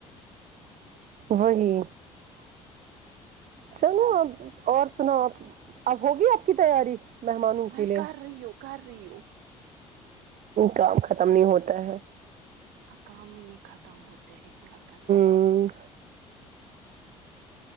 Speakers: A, on the right; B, on the right.
A: وہی چلو ا اور سناو آ اب ہوگی آپ کی تیاری مہمانوں
B: میں
A: کے لیے
B: کر رہی ہو کر رہی ہو
A: کام ختم نہیں ہوتا ہے
B: کام بھی نہیں ختم ہوتے ہے کیا کر سکتے
A: ہوں